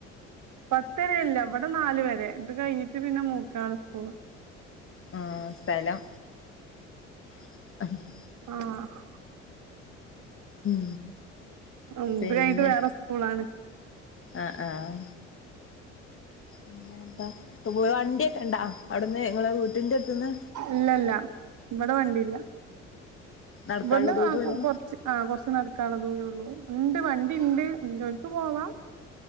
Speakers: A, on the right; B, on the left.
A: പത്തരയല്ല വ്ടെ നാലു വരെ ഇത് കഴിഞ്ഞിട്ട് പിന്നെ മൂർക്കനാട് സ്കൂള്.
B: ഉം സ്ഥലം <unintelligible>
A: ആഹ്
B: ഉം
A: ഇത്
B: പിന്നെ
A: കഴ്ഞ്ട്ട് വേറെ സ്കൂളാണ്.
B: ആഹ് ആഹ് പിന്നെ എന്താ? വ് വണ്ടിയൊക്കെണ്ടോ അവ്ട്ന്ന് ഇങ്ങളെ വീട്ടിന്റെ അട്ത്തുന്ന്
A: ഇല്ല ഇല്ല ഇവ്ടെ വണ്ടിയില്ല.
B: നടക്കാനുള്ള
A: ഇവ്ട്ന്ന്
B: ദൂരള്ളൂ
A: കൊ കൊർ ച്ച് ആഹ് കൊറച്ച് നടക്കാൻള്ള ദൂരൊള്ളൂ ണ്ട് വണ്ടിയിണ്ട് ഉള്ളോൽക്ക്‌പോവാ